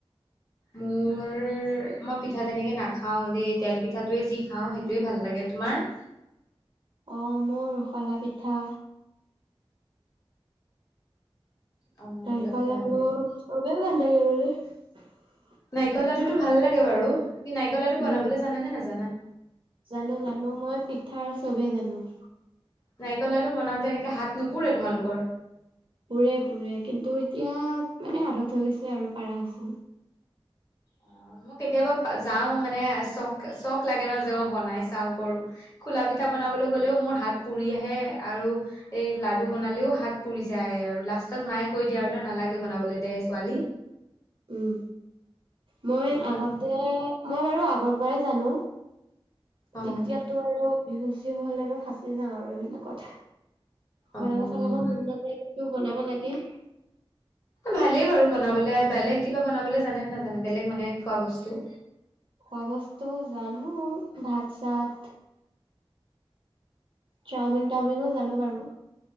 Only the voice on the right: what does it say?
অ মোৰ শলা পিঠা
নাৰিকল
লাডু
চবেই ভাল <unintelligible>
উম
জানো জানো মই পিঠাৰ চবেই জানো।
পুৰে পুৰে কিন্তু এতিয়া মানে আদত হৈ গৈছে আৰু পাৰা হৈছো।
উম মই
আগতে
মই বাৰু আগৰ পৰাই জানো।
এতিয়াতো আৰু বিহুজ যি হলে মই ফাঁচি যাওঁ আৰু এইবিলাকত
বনাব চনাব মন নেযায় যদিও বনাব লাগে
খোৱা বস্তু জানো ভাত চাত চাওমিন তাওমিনো জানো বাৰু